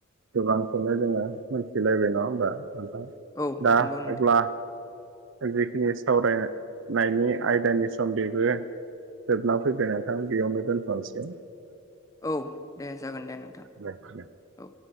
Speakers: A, on the right; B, on the left.
A: गोबांखौनो जोङो मिथिलायबाय नङा होमबा थां
B: औ
A: दा
B: नंगौ नोंथां
A: अब्ला जिखिनि सावरायनायनि आयदानि सम बेबो जोबना फैबाय नोंथां बेयावनो दोनफानोसै
B: औ दे जागोन दे नोंथां
A: दे दे
B: औ